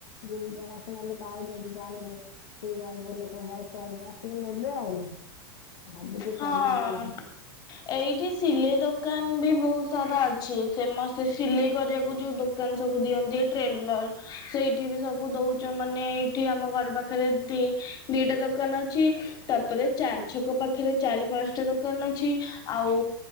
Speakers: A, on the left; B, on the left.
A: ଯିଏ ଜଣାଶୁଣା ଲୋକ ଆଉଚନ୍ତି ଜାଣିବେ। ସିଏ ଯାଇକି ଲୋକଙ୍କ ପାଖରେ କହିଲେ ଆସିକି ନେବେ ଆଉ ଭାବୁଚି
B: ହଁ
A: କରିବି ବୋଲି।
B: ଏଇଠି ସିଲେଇ ଦୋକାନ ବି ବହୁତ ସାରା ଅଛି, ଫେମସ ସମସ୍ତେ ସିଲେଇ କରିବାକୁ ଯୋଉ ଦୋକାନ ସବୁ ଦିଅନ୍ତି ଟ୍ରେଲର ସେଇଠି ବି ସବୁ ଦଉଛ ମାନେ ଏଇଠି ଆମ ଘର ପାଖରେ ଦି ଦିଟା ଦୋକାନ ଅଛି। ତାପରେ ଚାରି ଛକ ପାଖରେ ଚାରି ପାଞ୍ଚଟା ଦୋକାନ ଅଛି ଆଉ।